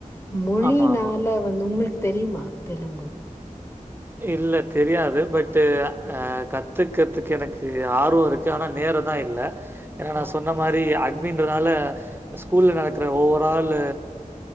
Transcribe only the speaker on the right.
ஆமா, ஆமா.
இல்ல தெரியாது பட்டு் அஹ் கத்துக்கத்துக்க எனக்கு ஆர்வோ இருக்கு ஆனா நேரோ தா இல்ல ஏன்னா நா
சொன்ன
மாரி
அட்மின்றதுனால ஸ்கூல்ல நடக்கற ஓவராலு